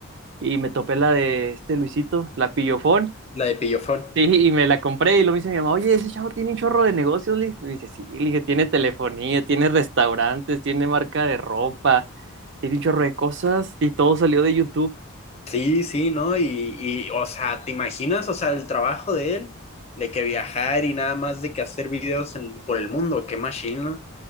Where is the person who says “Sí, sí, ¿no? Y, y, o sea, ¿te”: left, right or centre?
Left